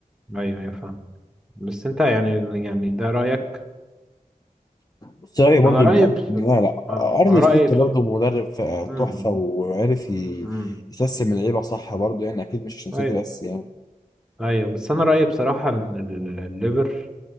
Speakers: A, in the centre; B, on the left (about 25°).
A: ايوه ايوه فاهم بس انت يعني يعني ده رأيك
B: بس رايي برضو
A: انا رأيي
B: ان أر-
A: بس...
B: لا لا
A: اه
B: ارن
A: آه، رأيي
B: سلوت
A: بس...
B: برضو مدرب ف-
A: امم
B: تحفه وعرف ي-
A: امم
B: يسيستم اللعيبه صح برضو يعني اكيد مش عشان سيتي
A: ايوه
B: بس يعني
A: ايوه بس انا رأيي بصراحة ان ال- الليفر